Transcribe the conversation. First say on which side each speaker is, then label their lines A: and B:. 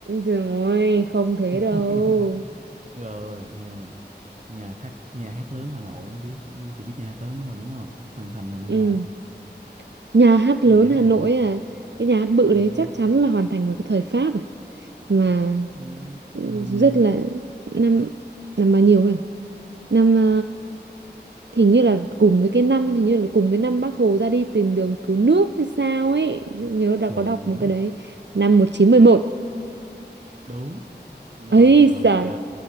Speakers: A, on the right; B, on the right.
A: Trời ơi, không thế
B: <laughs>
A: đâu.
B: rồi nè nhà hát nhà hát lớn Hà Nội á biết chị biết nhà hát lớn đó mà đúng không hoàn thành vào năm
A: Ừ.
B: nào
A: Nhà hát
B: cái
A: lớn
B: nhà hát
A: Hà Nội
B: bự
A: à, cái nhà hát bự
B: ừ,
A: đấy chắc chắn là hoàn thành vào cái thời Pháp à. Mà
B: ừ, năm bao
A: rất
B: nhiêu
A: là năm năm bao nhiêu ấy à? Năm ờ, hình như là cùng với cái năm hình như là cùng với năm Bác Hồ ra đi tìm đường cứu nước hay sao ấy. Nhớ đã
B: chuẩn
A: có đọc một cái đấy, năm 1911.
B: đúng
A: <laughs>
B: rồi
A: ấy giời,
B: ok